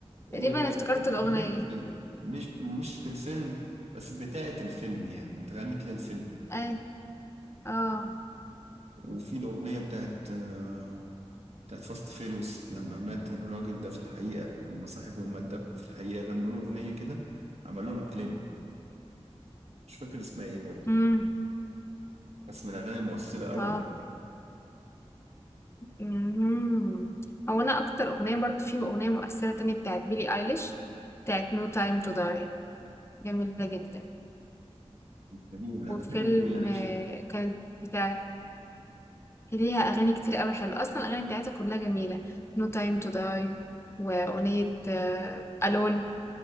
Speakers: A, on the left; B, on the right.
A: تقريبا
B: ايه بقى
A: افتكرت
B: الاغنيه
A: الأغنية
B: في الفيلم مش مش في الفيلم بس بتاعت الفيلم يعني اتغنت للفيلم
A: ايوه اه
B: وفي الاغنيه بتاعت آه، بتاعت فاست فيريوس لما مات الراجل ده في الحقيقة لما صاحبهم مات ده في الحقيقة غنوا له أغنية كده عملوها كليب مش فاكر اسمها إيه برضه
A: امم
B: بس من الأغاني المؤثرة قوي
A: اه امم هو انا اكتر أغنية برضو في أغنية مؤثرة تانية بتاعت بيلي ايليش بتاعت نو تايم تو داي جميلة جدا
B: جميل
A: وفيلم
B: أنا بحب بيلي إيليش
A: آه، كانت بتاعت ليها اغاني كتير قوي حلوة اصلا الاغاني بتاعتها كلها جميلة نو تايم تو داي واغنية الون